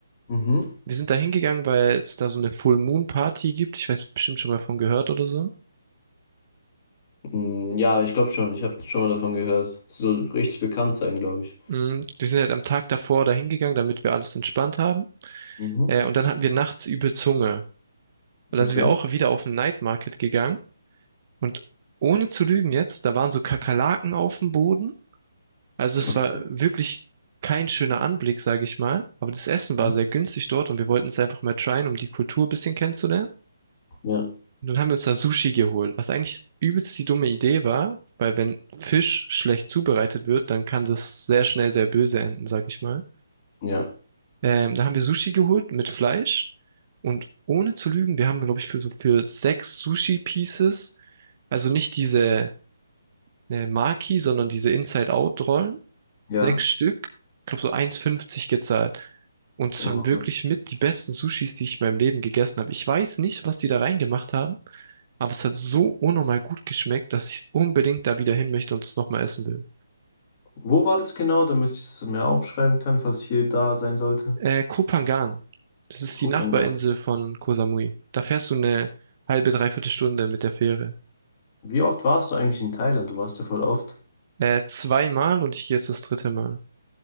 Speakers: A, on the left; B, on the right.
A: Mhm.
B: Wir sind da hingegangen, weil es da so eine Full Moon Party gibt. Ich weiß bestimmt schon mal von gehört oder so.
A: Hm, Ja, ich glaube schon. Ich habe schon mal davon gehört. Soll richtig bekannt sein, glaube ich.
B: Mm, Wir sind halt am Tag davor da hingegangen, damit wir alles entspannt haben.
A: Mhm.
B: Äh, und dann hatten wir nachts übel Zunge. Und dann
A: Okay.
B: sind wir auch wieder auf den Night Market gegangen. Und ohne zu lügen jetzt, da waren so Kakerlaken auf dem Boden. Also es
A: Okay.
B: war wirklich kein schöner Anblick, sage ich mal. Aber das Essen
A: Mhm.
B: war sehr günstig dort und wir wollten es einfach mal tryen, um die Kultur ein bisschen kennenzulernen.
A: Ja.
B: Und dann haben wir uns da Sushi geholt, was eigentlich übelst die dumme Idee war, weil wenn Fisch schlecht zubereitet wird, dann kann das sehr schnell sehr böse enden, sag ich mal.
A: Ja.
B: Ähm, dann haben wir Sushi geholt mit Fleisch. Und ohne zu lügen, wir haben, glaube ich, für so für sechs Sushi-Pieces, also nicht diese äh, Maki, sondern diese Inside-Out-Rollen,
A: Ja.
B: sechs Stück, ich glaube so 1,50 gezahlt. Und es
A: Oha.
B: waren wirklich mit die besten Sushis, die ich in meinem Leben gegessen habe. Ich weiß nicht, was die da reingemacht haben, aber es hat so unnormal gut geschmeckt, dass ich unbedingt da wieder hin möchte und es nochmal essen will.
A: Wo war das genau, damit ich es mir aufschreiben kann, falls ich hier da sein sollte?
B: Äh, Koh Phangan. Das ist
A: Gucken
B: die Nachbarinsel von Koh Samui. Da fährst du eine halbe, dreiviertel Stunde mit der Fähre.
A: Wie oft warst du eigentlich in Thailand? Du warst ja voll oft.
B: Äh, zweimal und ich gehe jetzt das dritte Mal.